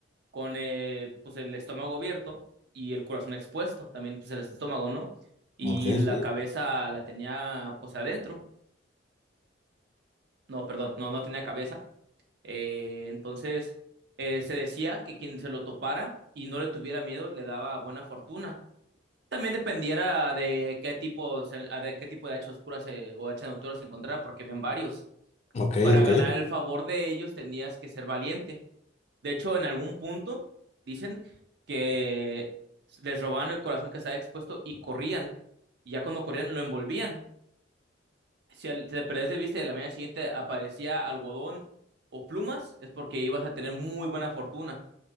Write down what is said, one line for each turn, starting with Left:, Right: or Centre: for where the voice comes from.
Right: con eh, pues el estómago abierto y el corazón expuesto, también pues el estómago, ¿no? Y
Left: Ok,
Right: la
Left: sí.
Right: cabeza la tenía pues adentro, no, perdón, no, no tenía cabeza. Eh, entonces eh, se decía que quien se lo topara y no le tuviera miedo le daba buena fortuna. También dependiera de qué tipo, se- de qué tipo de hacha oscura se- o hacha nocturna se encontrara, porque habían varios.
Left: Ok,
Right: Para
Left: ok.
Right: ganar el favor de ellos tenías que ser valiente De hecho, en algún punto dicen que les robaban el corazón que estaba expuesto y corrían. Y ya cuando corrían lo envolvían. Si al- si te perdés de vista y de la mañana siguiente aparecía algodón o plumas, es porque ibas a tener muy buena fortuna.